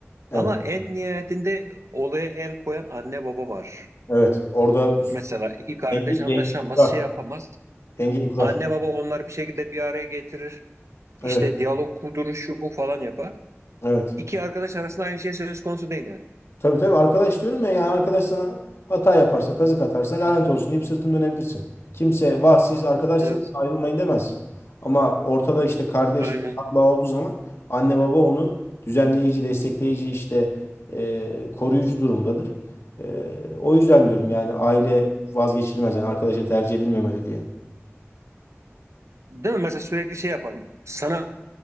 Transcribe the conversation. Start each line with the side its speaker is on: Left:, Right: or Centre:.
Left: evet
Right: ama en nihayetinde olaya el koyan anne baba var.
Left: evet orada
Right: Mesela iki kardeş
Left: dengeyi dengeyi
Right: anlaşamaz
Left: kurar.
Right: şey yapamaz
Left: Dengeyi kurar.
Right: anne baba onları bir şekilde bir araya getirir işte
Left: Evet
Right: diyalog kurdurur şu bu falan yapar.
Left: evet.
Right: İki arkadaş arasında aynı şey söz konusu değil yani.
Left: Tabii tabii arkadaş diyorum ya yani arkadaş sana hata yaparsa kazık atarsa lanet olsun deyip sırtını dönebilirsin. Kimse vah siz arkadaşsınız
Right: Evet
Left: ayrılmayın demez. Ama ortada işte kardeş
Right: aynen.
Left: kan bağı olduğu zaman anne baba onu düzenleyici, destekleyici işte e, koruyucu durumdadır. E, o yüzden diyorum yani aile vazgeçilmez yani arkadaşa tercih edilmemeli diye.
Right: Değil mi? Mesela sürekli şey yapar. Sana